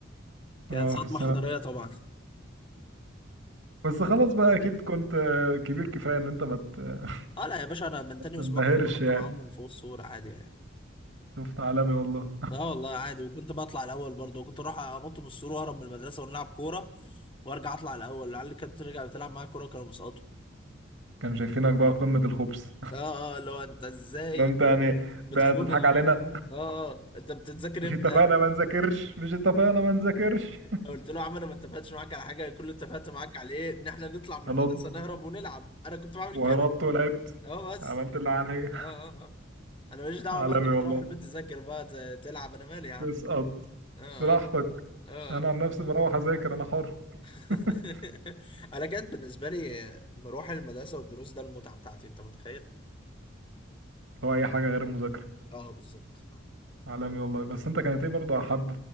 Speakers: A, on the left; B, on the right.
A: كانت
B: اه
A: صدمه
B: في الثانوي
A: حضاريه طبعا <laughs>
B: بس خلاص بقى اكيد كنت آه، كبير كفاية ان انت ما ت- ما
A: اه لا يا باشا انا من تاني
B: تنبهرش
A: اسبوع كنت بنط
B: يعني
A: معاهم من فوق السور عادي يعني
B: شفت عالمي والله
A: اه والله عادي وكنت بطلع الاول برضه وكنت اروح انط من السور واهرب من المدرسه ونلعب كوره وارجع اطلع الاول العيال اللي كانت بترجع بتلعب معايا كوره كانوا بيسقطوا
B: كانوا شايفينك بقى قمة الخبث
A: اه اه اللي هو انت ازاي
B: ده انت يعني
A: بتخون
B: ده تضحك
A: ال
B: علينا
A: اه آه، انت بتتذاكر
B: مش
A: امتى
B: اتفقنا ما نذاكرش مش اتفقنا ما نذاكرش
A: قلت له يا عم انا ما اتفقتش معاك على حاجه كل اللي اتفقت معاك على ايه ان احنا نطلع من المدرسه
B: هنط
A: نهرب ونلعب انا كنت بعمل
B: وهربت
A: كده
B: ولعبت
A: اه بس
B: عملت اللي عليا
A: اه اه اه انا ماليش دعوه
B: عالمي
A: بقى انت بتروح
B: والله
A: البيت تذاكر بقى ت- تلعب انا مالي يا عم
B: تسقط
A: اه
B: براحتك
A: اه اه
B: انا
A: آه.
B: عن نفسي بروح اذاكر انا حر
A: <laughs>
B: <laughs>
A: انا كانت بالنسبه لي مروح المدرسه والدروس ده المتعه بتاعتي انت متخيل
B: لو اي حاجه غير المذاكره
A: اه بالظبط اه
B: عالمي والله بس انت كانت ايه برضه احب